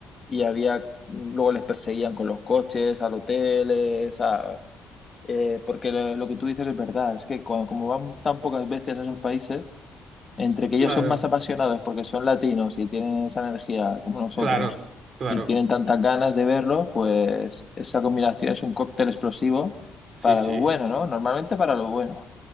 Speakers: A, on the left (about 35°); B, on the right (about 50°).
A: y había, luego les perseguían con los coches, al hotel, eh, o sea, eh, porque lo, lo que tú dices es verdad, es que cuando, como van tan pocas veces a esos países, entre que
B: Claro,
A: ellos son más apasionados porque son latinos y tienen esa energía como nosotros
B: claro, claro.
A: y tienen tantas ganas de verlo, pues esa combinación es un cóctel explosivo
B: Sí,
A: para
B: sí.
A: lo bueno,
B: <laughs>
A: ¿no? Normalmente para lo bueno.